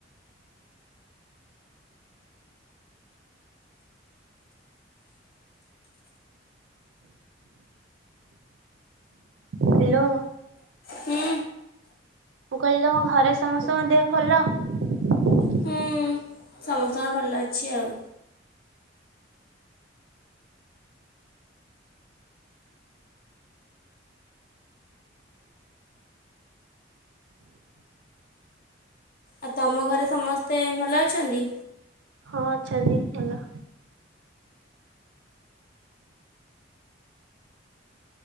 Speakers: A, on the right; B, on the left.
A: ହ୍ୟାଲୋ
B: ହୁଁ
A: ମୁଁ କହିଲି ତମ ଘରେ ସମସ୍ତଙ୍କ ଦେହ ଭଲ?
B: ହୁଁ ସମସ୍ତଙ୍କର ଭଲ ଅଛି ଆଉ। ଆଉ ତମ ଘରେ ସମସ୍ତେ ଭଲ ଅଛନ୍ତି?
A: ହଁ ଅଛନ୍ତି ଭଲ।